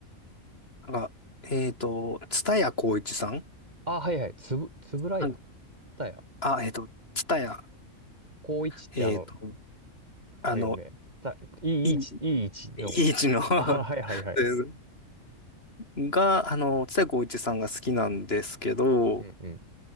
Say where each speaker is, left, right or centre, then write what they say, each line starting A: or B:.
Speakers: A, on the left; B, on the right.
A: なんか、えっと、蔦谷好位置さん
B: あ、はいはい。つぶ、つぶらや。
A: はい。
B: たや。
A: あ、えっと、蔦谷、
B: 高一ってあの、
A: えっと、
B: あれよね。
A: あの、
B: た、いい位置、
A: いい、
B: いい位置の。
A: いい位置の <laughs>
B: あ、はいはいはい。
A: ですが、あの、蔦谷好位置さんが好きなんですけど、
B: うんうん。